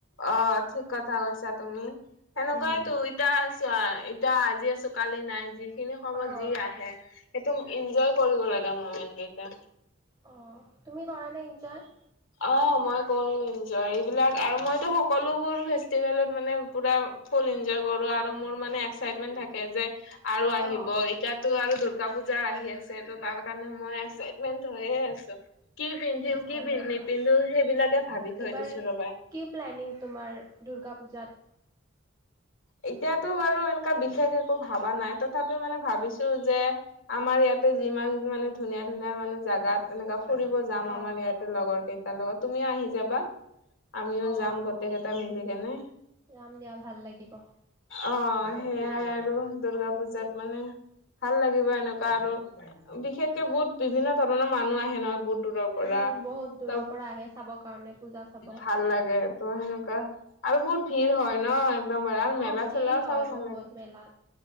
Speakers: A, on the left; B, on the right.
A: অ', ঠিক কথা কৈছা তুমি, সেনকোৱাই
B: উম
A: তো ইতা চোৱা ইতিয়া আজি আছো কালি নাই, যিখিনি সময়ত
B: অ'
A: যি আহে। সেইটো ইনজয় কৰিব লাগে ম'মেন কেইটা।
B: অ', তুমি কৰা নে ইনজয়।
A: অ', মই কৰো ইনজয়, এইবিলাক আৰু মইটো সকলোবোৰ ফেচতিভেলত মানে পোৰা ফুল এনজয় কৰো আৰু মোৰ মানে এক্সাইটমেন্ট থাকে যে আৰু আহিব
B: অ',
A: এতিয়া ত' আৰু দুৰ্গা পূজা আহি আছে, ত' তাৰ কাৰণে মই এক্সাইটমেন্ট হৈয়ে আছো। কি পিন্ধিম কি
B: ভালেই
A: নিপিন্ধো
B: দিয়া।
A: সেইবিলাকে ভাবি থৈ
B: এইবাৰ
A: দিছো ৰ'বা।
B: কি প্লেনিং তোমাৰ দুৰ্গা পূজাত।
A: এতিয়াতো বাৰু এনেকুৱা বিশেষ একো ভবা নাই, তথাপিও মানে ভাবিছো যে আমাৰ ইয়াত তে যিমান মানে ধুনীয়া- ধুনীয়া মানে জাগাত এনেকুৱা ফুৰিব যাম
B: অ',
A: আমাৰ ইয়াত লগৰ কেইটাৰ লগত, তুমিও আহি যাবা। আমিও
B: অ',
A: যাম গটে কেইটা মিলি কেনে।
B: যাম দিয়া ভাল লাগ গিব।
A: অ সেইয়াই আৰু দুৰ্গা পূজাত মানে ভাল লাগিব এনেকুৱা আৰু বিশেষকে বোত বিভিন্ন ধৰণৰ মানুহ আহে নহয় বুত দূৰৰ পৰা
B: উম, বহুত দূৰৰ
A: চব
B: পৰা আহে চাবৰ কাৰণে পূজা চাব।
A: ভাল লাগে। ত সেনেকুৱা, আৰু বহুত ভিৰ হয় ন। একদম <unintelligible>
B: অ',
A: মেলা-চেলাও
B: ভিৰ হয়
A: চাই ভাল
B: বহুত
A: লাগে।
B: মেলাত।